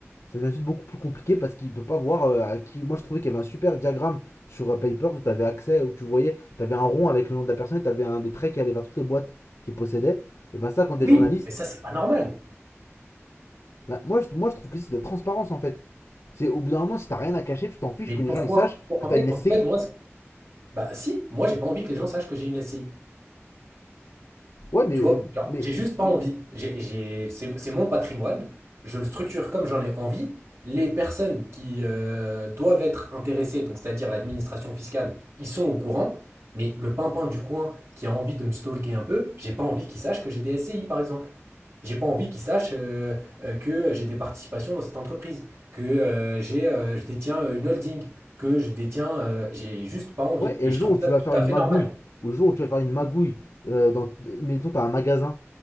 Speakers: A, on the left; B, on the right.
A: Ça devient juste beaucoup plus compliqué parce qu'il ne peut pas voir euh, à qui. Moi, je trouvais qu'il y avait un super diagramme sur euh, Papers où tu avais accès, où tu voyais, tu avais un rond avec le nom de la personne et tu avais un des traits qui allait vers toutes les boîtes qu'il possédait. Et ben, ça, quand t'es
B: Oui,
A: journaliste,
B: mais ça, c'est pas normal.
A: ben, moi, je, moi, je trouve que c'est de la transparence en fait. C'est au bout d'un moment, si t'as rien à cacher, tu t'en fiches
B: Mais
A: que
B: pourquoi?
A: les gens ils sachent
B: En
A: que
B: fait,
A: t'as une SCI.
B: en fait, moi, c'est- bah si, moi, j'ai pas envie que les gens sachent que j'ai une SCI.
A: Ouais, mais,
B: Tu vois, genre,
A: mais
B: j'ai juste pas envie. J'ai, j'ai, c'est, c'est mon patrimoine, je le structure comme j'en ai envie. Les personnes qui euh, doivent être intéressées, donc c'est-à-dire l'administration fiscale, ils sont au courant, mais le pimpin du coin qui a envie de me stalker un peu, j'ai pas envie qu'il sache que j'ai des SCI par exemple. J'ai pas envie qu'il sache euh, euh, que j'ai des participations dans cette entreprise, que euh, j'ai, euh, je détiens une holding, que je détiens, euh, j'ai juste pas envie.
A: ouais, et
B: Et je
A: le jour
B: trouve
A: où tu
B: ça tout
A: vas faire
B: à
A: une
B: fait
A: magouille,
B: normal.
A: ou le jour où tu vas faire une magouille, euh, dans, mettons, t'as un magasin